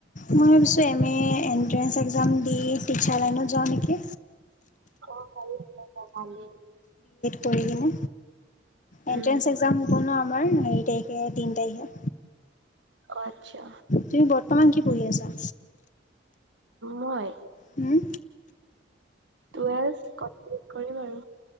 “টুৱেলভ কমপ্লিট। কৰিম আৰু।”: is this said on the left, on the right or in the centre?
Right